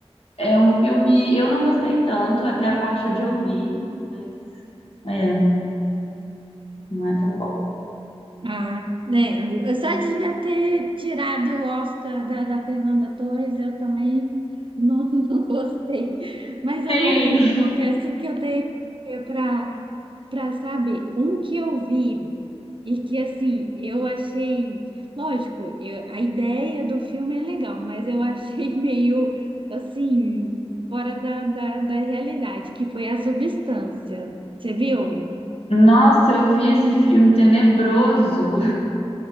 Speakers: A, on the left; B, on the right.
A: É um filme, eu não gostei tanto até a parte onde eu vi, mas. É. Não é tão bom.
B: Ah, né? Só de já ter tirado o Oscar da, da Fernanda Torres, eu também não, <laughs> não gostei. Mas eu
A: Sim.
B: não vi, eu confesso que eu tenho para para saber. Um que eu vi e que, assim, eu achei. Lógico, eu- a ideia do filme é legal, mas eu achei <laughs> meio, assim, fora da, da, da realidade, que foi a substância. Você viu?
A: Nossa, eu vi esse filme tenebroso.